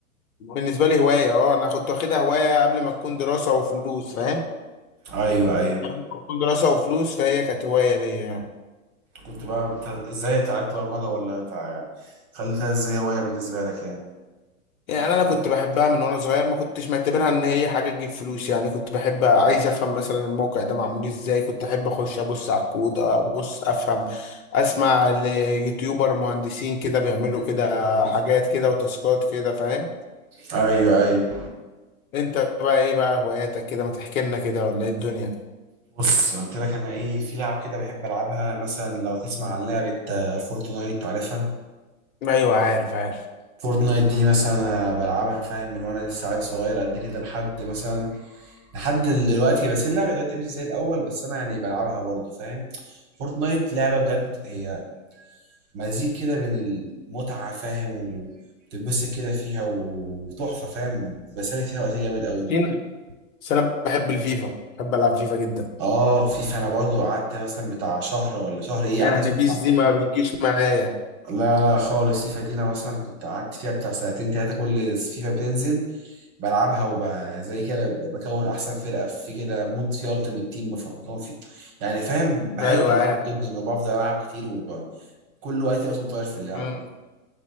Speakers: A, on the left; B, on the right.
A: بالنسبه لي هوايه اه انا كنت واخدها هوايه قبل ما تكون دراسه وفلوس فاهم
B: ايوه
A: <laughs>
B: ايوه
A: قبل ما تكون دراسه وفلوس فهي كانت هوايه ليا يعني
B: كنت بقى بت- ازاي اتعلمت برمجه ولا تع... خليتها ازاي هوايه بالنسبه لك يعني
A: يعني انا كنت بحبها من وانا صغير ما كنتش معتبرها ان هي حاجه تجيب فلوس يعني كنت بحب عايز افهم مثلا الموقع ده معمول ازاي كنت احب اخش ابص على الكود ابص افهم اسمع ليوتيوبر مهندسين كده بيعملوا كده حاجات كده وتاسكات كده فاهم
B: ايوه ايوه
A: انت بقى ايه بقى هواياتك كده ما تحكي لنا كده ولا ايه الدنيا
B: بص قلت لك انا ايه في لعب كده بحب العبها مثلا لو تسمع عن لعبه آه، فورتنايت عارفها
A: ايوه عارف عارف
B: فورتنايت دي مثلا أنا بلعبها فاهم من وانا لسه عيل صغير قد كده لحد مثلا لحد دلوقتي بس اللعبه دلوقتي مش زي الاول بس انا يعني بلعبها برضو فاهم فورتنايت لعبه بجد هي مزيج كده بين المتعه فاهم وتتبسط كده فيها وتحفه فاهم بسالك فيها وقت جامد قوي
A: فين بس انا بحب الفيفا بحب العب فيفا جدا
B: اه فيفا انا برضو قعدت مثلا بتاع شهر ولا شهر ايه
A: يعني
B: قعدت مثلا
A: بيس دي ما بتجيش معايا
B: لا لا خالص فيفا دي انا مثلا كنت قعدت فيها بتاع سنتين تلاتة كل فيفا بتنزل بلعبها وب زي كده بكون احسن فرقة في كده مود في التيمت تيم بف- بكون فيه يعني فاهم بحب
A: ايوه
B: اللعب
A: عارف
B: جدا وبفضل العب كتير وكل وقتي اصلا طاير في اللعب
A: مم.